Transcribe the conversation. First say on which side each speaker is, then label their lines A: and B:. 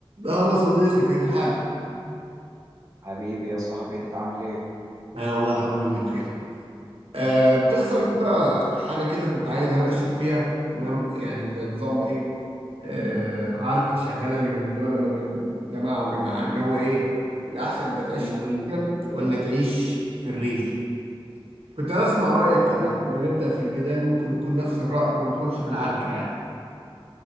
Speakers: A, on the right; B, on the right.
A: اه ده صديقي كيف الحال؟
B: حبيبي يا صاحبي انت عامل ايه
A: أنا والله الحمد لله بخير. أه بتحصل
B: بخير
A: كده حاجة كده كنت عايز أناقشك فيها تمام يعني زي نظام
B: طب
A: إيه أه عركة شغالة اليومين دول ما بين جماعة وجماعة اللي هو إيه الأحسن أنت تعيش
B: مين ومين
A: في المدينة ولا تعيش في الريف؟ كنت عايز أسمع رأيك
B: تمام
A: كده لما نبدأ في الجدال ممكن نكون نفس الرأي وما ندخلش في العركة يعني.